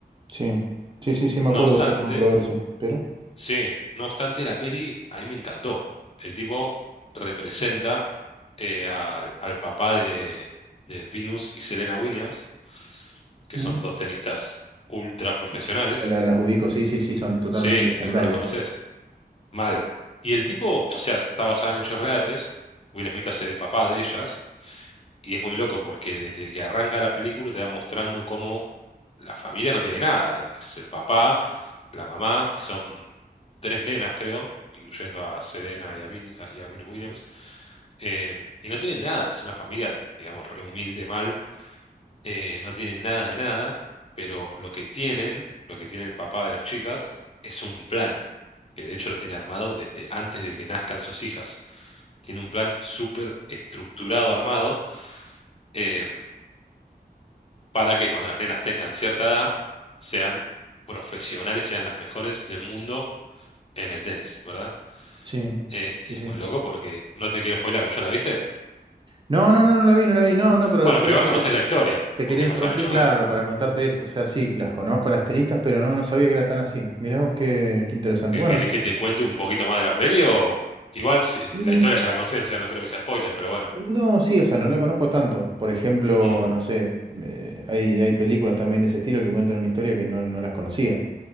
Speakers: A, on the right (about 30°); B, on the left (about 35°).
A: Sí, sí, sí, sí, me
B: No
A: acuerdo
B: obstante,
A: de toda la controversia, pero...
B: Sí, no obstante, la peli a mí me encantó. El tipo representa eh, al, al papá de, de Venus y Serena Williams, que
A: Mm.
B: son dos tenistas ultra profesionales.
A: La- la- las ubico, sí, sí, sí, son totalmente
B: Sí,
A: legendarias.
B: seguro las conoces. Mal. Y el tipo, o sea, está basada en hechos reales. Will Smith hace de papá de ellas. Y es muy loco porque desde que arranca la película te va mostrando cómo la familia no tiene nada. Es el papá, la mamá y son tres nenas, creo, incluyendo a Serena y a Vin- y a Venus Williams. eh, y no tienen nada. Es una familia, digamos, re humilde, mal eh, no tienen nada de nada, pero lo que tienen, lo que tiene el papá de las chicas, es un plan, que de hecho lo tiene armado desde antes de que nazcan sus hijas. Tiene un plan súper estructurado, armado, em, para que cuando las nenas tengan cierta edad, sean profesionales, sean las mejores del mundo en el tenis, ¿verdad?
A: Sí,
B: Eh, y
A: sí,
B: es
A: sí.
B: muy loco porque no te quiero spoilar, ¿vos ya la viste?
A: No, no, no, no la vi, no la vi, no, no, pero
B: Bueno,
A: solamente
B: pero igual conocés la historia,
A: te
B: porque
A: quería
B: es
A: interrumpir,
B: basada en hechos
A: claro,
B: reales.
A: para contarte eso. O sea, sí, las conozco a las tenistas, pero no, no sabía que era tan así. Mirá vos qué, qué interesante.
B: ¿Que-
A: Bueno,
B: ¿Querés que te cuente un poquito más de la peli o igual si-
A: mm,
B: la historia ya la conocés, o sea, no creo que sea spoiler, pero bueno.
A: no, sí, o sea, no la conozco tanto. Por ejemplo,
B: Mm,
A: no sé, eh, hay, hay películas también de ese estilo que cuentan una historia que no, no las conocía.